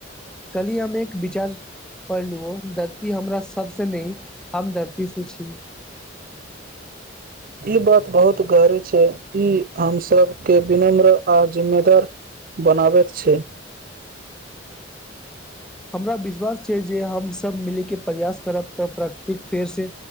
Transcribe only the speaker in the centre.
कली हम एक विचार पढ़लु धरती हमरा सबसँ नैय हम धरती से छी
<inaudible> हमरा विश्वास छै जे हम सब मिल के प्रयास करब तऽ प्रकृतिक फेरसँ